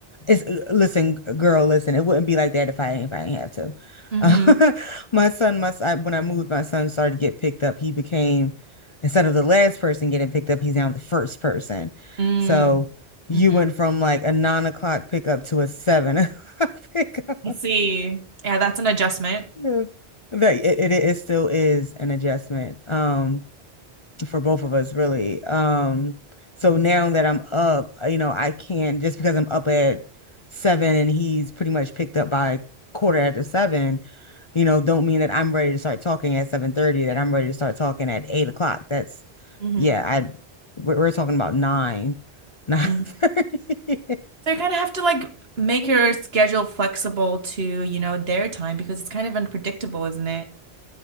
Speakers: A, on the left (about 40°); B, on the right (about 70°).
A: it's uh, listen, g- girl, listen. It wouldn't be like that if I if I didn't have to.
B: Mm-hmm.
A: <laughs> my son, my son, when I moved, my son started to get picked up. He became instead of the last person getting picked up, he's now the first person.
B: Mm,
A: So you
B: hmm mm hmm
A: went from like a nine o'clock pickup to a seven <laughs> o'clock pickup.
B: I see. Yeah, that's an adjustment.
A: Yeah. That it, it it still is an adjustment um for both of us really. Um so now that I'm up, you know, I can just because I'm up at seven and he's pretty much picked up by quarter after seven, you know, don't mean that I'm ready to start talking at seven thirty, that I'm ready to start talking at eight o'clock. That's
B: hmm
A: yeah, I we're, we're talking about nine, nine
B: hmm
A: thirty.
B: So you kind of have to like make
A: <laughs>
B: your schedule flexible to, you know, their time because it's kind of unpredictable, isn't it?